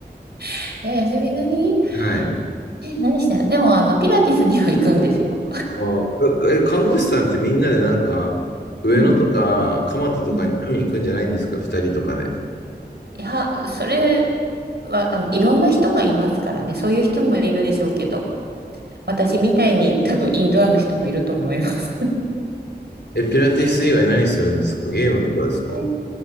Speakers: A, on the right; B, on the left.
A: <laughs> え、休みの日
B: はい。
A: え、何してんのでも、あの、ピラティスには行くんですよ。
B: あえ、え看護師さんってみんなでなんか、上野とか蒲田とかに飲み行くんじゃないんですか、
A: うんうん。
B: 二人とかで。
A: いや、それは、あの、いろんな人がいますからね。そういう人もいるでしょうけど、私みたいに多分インドアの人もいると思います。
B: え、ピラティス以外何するんですかゲームとかですか
A: で